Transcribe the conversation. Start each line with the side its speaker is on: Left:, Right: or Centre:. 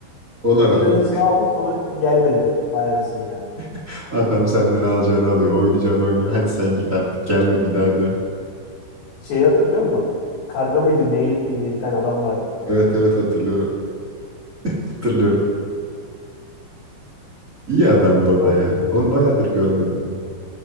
Right: Ona
Left: Raket
Right: rağmen
Left: önerisini aldı sonra gelme dedi. Vay anasını ya.
Right: <laughs> adam senden alacağını alıyor, oynayacağını oynuyor. Hadi sen git artık gelme bir daha diyor.
Left: Şeyi hatırlıyor musun? Karga mıydı, leylek miydi ne bir tane adam vardı.
Right: Evet evet hatırlıyorum. Hatırlıyorum. İyi adamdı o
Left: Oy.
Right: da ya. Onu bayağıdır görmedim ben.